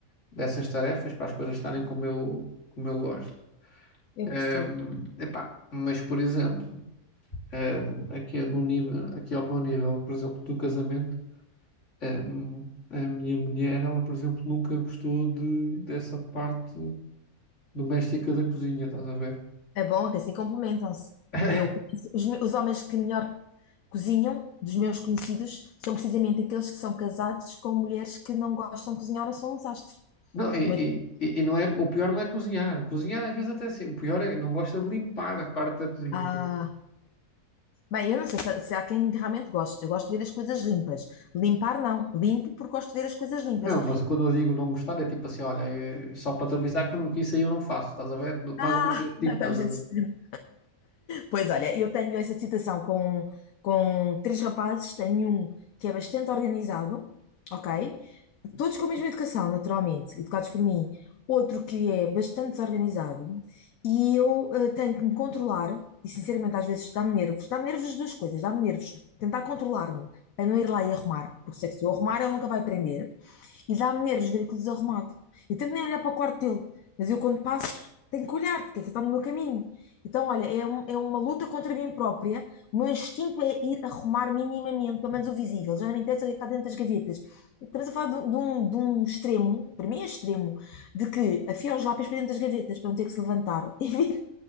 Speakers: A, on the left; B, on the left.
A: dessas tarefas para as coisas estarem como eu, como eu gosto.
B: eu
A: Ahm,
B: percebo.
A: epá, mas, por exemplo, ahm, aqui, no nível, aqui ao meu nível, por exemplo, do casamento, ahm, a minha mulher, ela, por exemplo, nunca gostou de, dessa parte doméstica da cozinha, estás a ver?
B: É bom que assim complementam-se.
A: <laughs>
B: Eu, conheço- os, me- os homens que melhor cozinham, dos meus conhecidos, são precisamente aqueles que são casados com mulheres que não gostam de cozinhar ou são um desastre.
A: Não, e,
B: Mas-
A: e, e e não é, o pior não é cozinhar. Cozinhar às vezes até assim, o pior é não gosta de limpar a parte da cozinha.
B: ah, bem, eu não sei se, se há quem realmente goste. Eu gosto de ver as coisas limpas. Limpar, não. Limpo porque gosto de ver as coisas limpas.
A: Não, mas quando eu digo não gostar, é tipo assim, olha, é só para te avisar que, eu não, que isso aí eu não faço, estás a ver? Do- Mais
B: Ah,
A: ou menos esse tipo,
B: <laughs> estamos
A: estás a
B: a
A: ver?
B: dizer. Pois olha, eu tenho essa citação com, com três rapazes, tenho um que é bastante organizado, ok? Todos com a mesma educação, naturalmente, educados por mim. Outro que é bastante desorganizado e eu eh, tenho que me controlar, e sinceramente às vezes dá-me nervos, dá-me nervos as duas coisas, dá-me nervos tentar controlar-me para não ir lá e arrumar, porque sei que se eu arrumar ele nunca vai aprender. E dá-me nervos ver aquilo desarrumado. Eu tento nem olhar para o quarto dele, mas eu quando passo tenho que olhar, porque aquilo está no meu caminho. Então, olha, é, um- é uma luta contra mim própria. O meu instinto é ir arrumar minimamente, pelo menos o visível. Já não me interessa o que é que está dentro das gavetas. Estamos a falar de, um, de um- de um extremo, para mim é extremo, de que afio os lápis para dentro das gavetas para não ter que se levantar <laughs> e vir